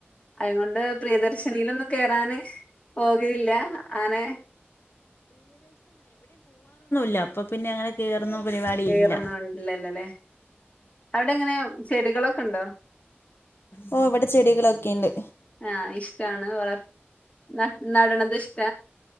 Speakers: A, on the left; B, on the left.
A: അയ്കൊണ്ട് പ്രിയദർശിനീലൊന്നും കേയറാന് ഓ ല്ല ആനെ
B: ല്ല അപ്പൊ പിന്നെ അങ്ങനെ കയറുന്ന പരിപാടി
A: കേറുന്നുല്ലല്ലോല്ലേ.
B: ഇല്ല.
A: അവിടെ എങ്ങനെ ചെടികളൊക്കെണ്ടോ?
B: ഓ ഇവിടെ ചെടികളൊക്കെ ഉണ്ട്
A: ആഹ് ഇഷ്ടമാണ് വളർ ന നടണത് ഇഷ്ട?